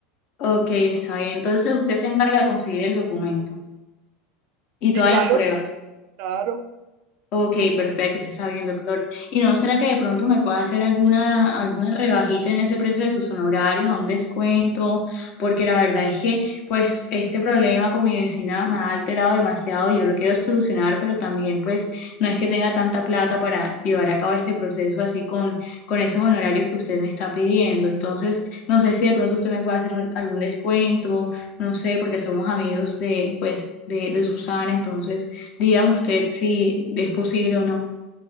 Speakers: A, on the left; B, on the right.
A: Ok, está bien. Entonces, usted se encarga de conseguir el documento y
B: Sí,
A: todas
B: claro,
A: las pruebas.
B: claro.
A: Ok, perfecto, ya está bien, doctor. ¿Y no será que de pronto me pueda hacer alguna, alguna rebajita en ese precio de sus honorarios, a un descuento? Porque la verdad es que, pues, este problema con mi vecina me ha alterado demasiado. Yo lo quiero solucionar, pero también, pues, no es que tenga tanta plata para llevar a cabo este proceso así con, con esos honorarios que usted me está pidiendo. Entonces, no sé si de pronto usted me puede hacer un- algún descuento, no sé, porque somos amigos de, pues, de, de Susana, entonces. Dígame usted si es posible o no.